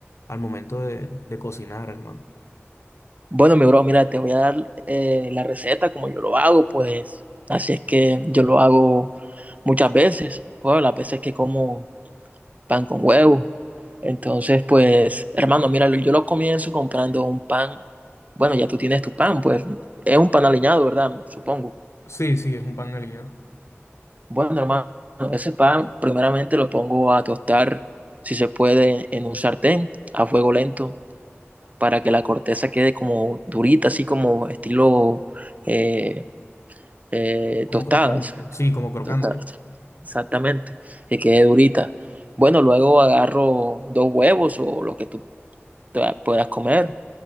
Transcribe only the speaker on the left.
al momento de, de cocinar, hermano.
Sí, sí, es un pan aliñado.
Como
crocante, sí, como crocante.